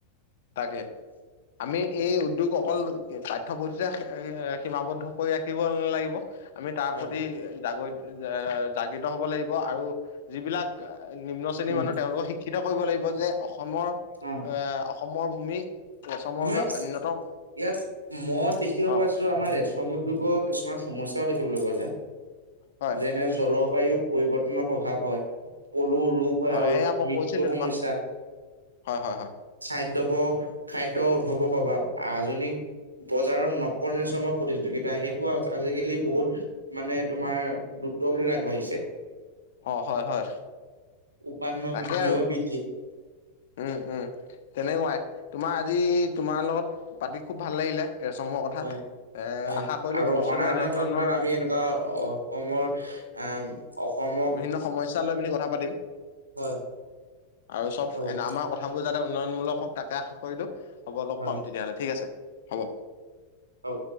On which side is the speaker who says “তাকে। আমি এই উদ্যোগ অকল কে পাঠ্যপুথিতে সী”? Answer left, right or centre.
Left